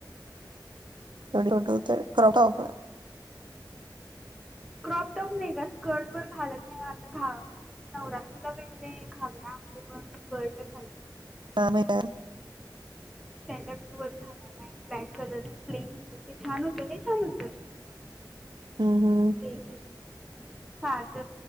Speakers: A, on the right (about 80°); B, in the centre.
A: ट तर क्रॉपर
B: क्रॉप टप नाही का स्कर्ट वर घालत नाही आता घावा म्हणजे नवरात्रीला वेगळे घागरा आते पण स्कर्ट खाली
A: हमट <unintelligible>
B: त्यांच्या पर घालाय नाही ब्लॅक कलर प्लेन होत ते छान होत छान होत
A: हम्म हम्म
B: ते एक आणि सात